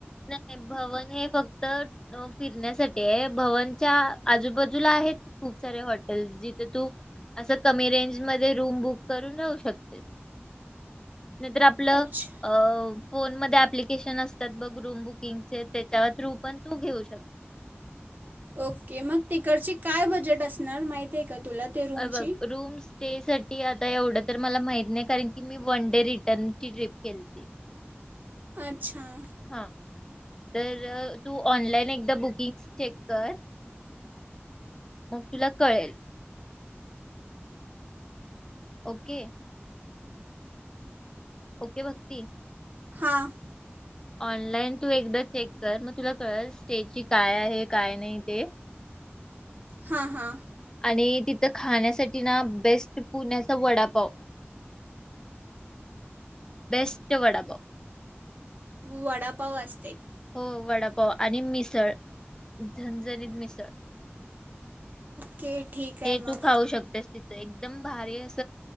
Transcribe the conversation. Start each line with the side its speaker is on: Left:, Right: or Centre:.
Left: नाही भवन हे फक्त अ फिरण्यासाठीय भवनच्या आजूबाजूला आहेत खूप सारे हॉटेल्स जिथे तू अस कमी रेंज मध्ये रूम बुक करून राहू शकतेस. नाहीतर आपल
Right: अच्छा
Left: अ फोन मध्ये ॲप्लिकेशन असतात बघ रूम बुकिंगचे त्याच्या थ्रू पण तू घेऊ शकते
Right: ओके मग तिकडची काय बजेट असणार माहिती आहे का? तुला ते रूमची
Left: अ बघ रूम स्टे साठी आता एवढं तर मला माहीत नाही कारण की मी वन डे रिटर्न ची ट्रिप केलती
Right: अच्छां
Left: हां तर तू ऑनलाइन एकदा बुकिंग्स चेक कर. मग तुला कळेल ओके. ओके भक्ती
Right: हां
Left: ऑनलाईन तू एकदा चेक कर मग तुला कळल स्टेची काय आहे काय नाही ते
Right: हां हां
Left: आणि तिथं खाण्यासाठी ना बेस्ट पुन्याचा वडापाव बेस्ट वडापाव
Right: वडापाव अस.
Left: हो वडापोहा आणि मिसळ झनझणीत मिसळ
Right: के ठीक हाय
Left: हे
Right: मग
Left: तू खाऊ शकतेस तिथं एकदम भारी अस